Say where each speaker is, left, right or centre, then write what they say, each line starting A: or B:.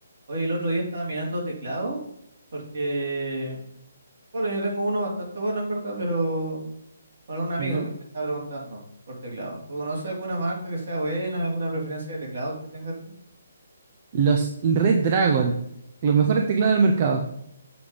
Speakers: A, on the right; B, on the right.
A: Oye, el otro día estaba mirando teclado porque, bueno, yo tengo uno bastante bueno en verdad, pero para un amigo
B: ¿Ya?
A: que me está preguntando por teclado. ¿Tú conoces alguna marca que sea buena, alguna preferencia de teclado que tengas tú?
B: Los Red Dragon, los mejores teclados del mercado.